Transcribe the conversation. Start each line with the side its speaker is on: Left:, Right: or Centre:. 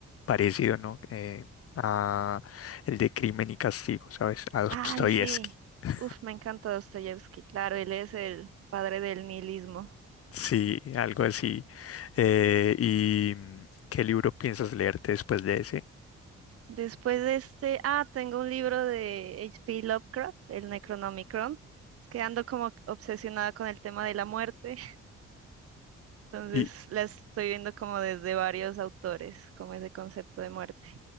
Left: parecido, ¿no? Eh, a el de Crimen y Castigo, ¿sabes? A Dostoyevsky.
Right: Ay, sí,
Left: <laughs>
Right: uf, me encanta Dostoyevsky, claro, él es el padre del nihilismo.
Left: Sí, algo así. Eh, ¿y mm, qué libro piensas leerte después de ese?
Right: Después de este, ah, tengo un libro de H. P. Lovecraft, el Necronomicon, que ando como obsesionada con el tema de la muerte. Entonces
Left: Y
Right: la estoy viendo como desde varios autores, como ese concepto de muerte.